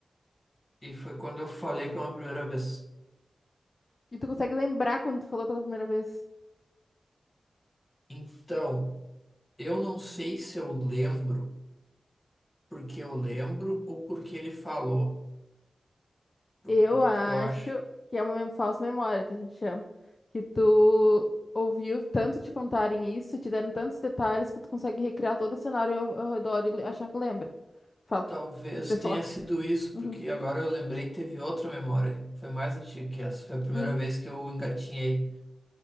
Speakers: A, on the left (about 15°); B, on the left (about 40°).
A: e foi quando eu falei pela primeira vez.
B: E tu consegue lembrar quando tu falou pela primeira vez?
A: Então, eu não sei se eu lembro porque eu lembro ou porque ele falou, porque
B: Eu acho
A: eu acho.
B: que é uma mem- falsa memória que a gente chama. Que tu ouviu tanto te contarem isso, te deram tantos detalhes que tu consegue recriar todo o cenário ao, ao redor e le- achar que lembra. Fala,
A: Talvez
B: deixa
A: tenha
B: eu falar.
A: sido isso,
B: Uhum.
A: porque agora eu lembrei, teve outra memória. Foi mais antiga que essa. Foi a primeira
B: Hum.
A: vez que eu engatinhei.